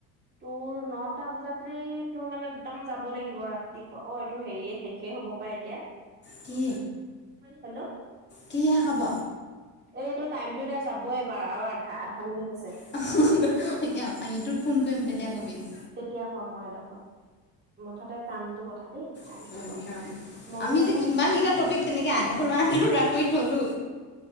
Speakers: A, on the right; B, on the left.
A: তোৰ নটা বজাতে তোৰ মানে একদম যাব লাগিব ৰাতিপুৱা অ এইটো হেৰিয়ে হে সে হ'ব পাই এতিয়া
B: কি
A: হেল্ল'
B: কিহে খাব
A: এই এইটো টাইমতটো এতিয়া যাব এবাৰ আৰু আধা আধা মিনিট আছে
B: আঙিটোত ফোন কৰিম তেতিয়া কবি
A: তেতিয়া ক মই এডোখৰ মুঠতে কামটো কথা দেই কমটো
B: অ',
A: কৰ
B: কাৰণ
A: মই
B: আমি
A: মানে একদম
B: যে কিমান কেইটা টপিক তেনেকে আধৰুৱা আধৰুৱা কৰি থলো